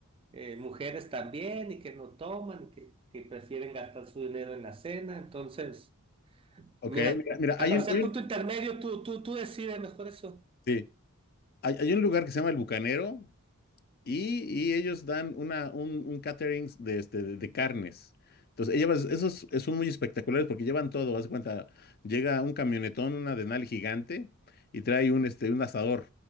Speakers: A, on the right (about 25°); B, on the left (about 45°).
A: eh, mujeres también y que no toman y que, que prefieren gastar su dinero en la cena. Entonces,
B: Ok,
A: mira,
B: mira, mira
A: para
B: hay, un,
A: ser
B: hay,
A: punto
B: un,
A: intermedio, tú, tú, tú decides mejor eso.
B: sí, hay, hay un lugar que se llama El Bucanero y, y ellos dan una, un, un catering de, este, de, de carnes. Entonces, ellas, esos son muy espectaculares porque llevan todo. Haz de cuenta, llega un camionetón, una denal gigante y trae un, este, un asador,